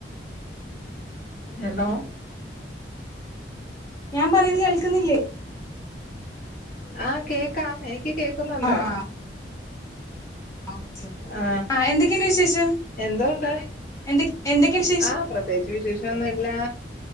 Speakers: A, on the left; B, on the left.
A: ഹലോ
B: ഞാൻ പറയ കേൾക്ക്ന്നില്ലേ
A: ആ കേക്കാം എനിക്ക് കേക്ക്ന്നുണ്ട്
B: ആഹ് ആഹ് ഓക്കെ.
A: ആ
B: ആഹ് എന്തൊക്കെയുണ്ട് വിശേഷം
A: എന്തോണ്ട്
B: എന്തൊ എന്തൊക്കെയുണ്ട് വിശേഷം
A: ആ പ്രത്യേകിച്ച് വിശേഷോന്നുംല്ല